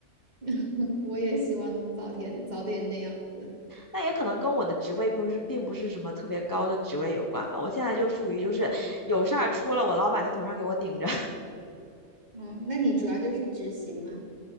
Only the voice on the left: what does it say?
但也可能跟我的职位不是，并不是什么特别高的职位有关吧。我现在就处于就是有事儿出了我老板在头上给我顶着。